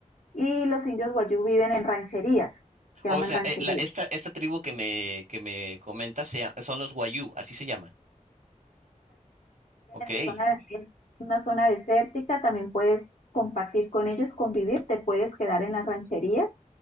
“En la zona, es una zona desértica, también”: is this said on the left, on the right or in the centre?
Left